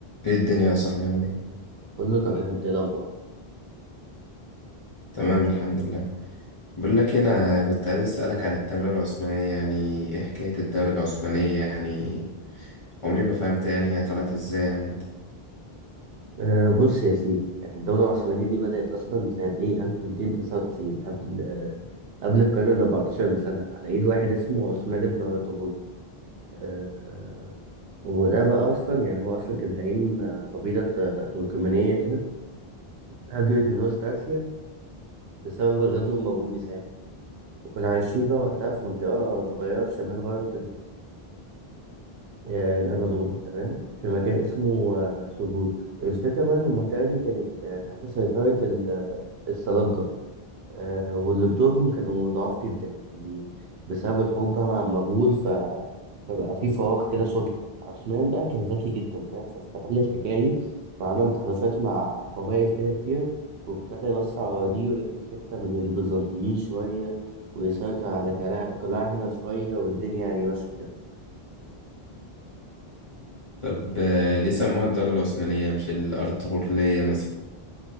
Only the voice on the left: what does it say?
ايه الدنيا يا صاحبي عامل ايه
تمام الحمد لله بقول لك إيه، انا كنت عايز اسالك عن الدوله العثمانيه يعني ايه حكايه الدوله العثمانيه يعني عمري ما فهمت يعني هي طلعت ازاي عامه
طب آه، ليه سموها الدوله العثمانيه مش الارطغرليه مثلا